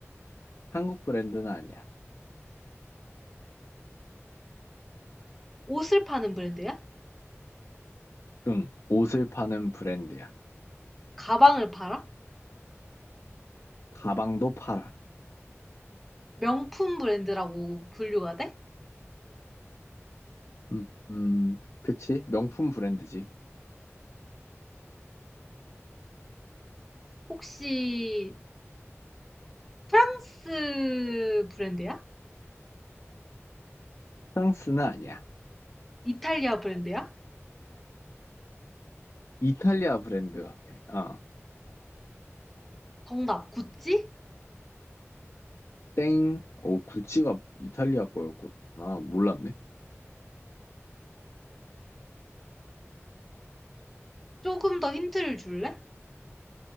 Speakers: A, on the left; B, in the centre.
A: 한국 브랜드는 아니야.
B: 옷을 파는 브랜드야?
A: 응, 옷을 파는 브랜드야.
B: 가방을 팔아?
A: 가방도 팔아.
B: 명품 브랜드라고 분류가 돼?
A: 음, 음, 그치? 명품 브랜드지.
B: 혹시 프랑스 브랜드야?
A: 프랑스는 아니야.
B: 이탈리아 브랜드야?
A: 이탈리아 브랜드 같아. 어.
B: 정답, 구찌?
A: 땡. 오, 구찌가 이탈리아 거였구나. 몰랐네.
B: 조금 더 힌트를 줄래?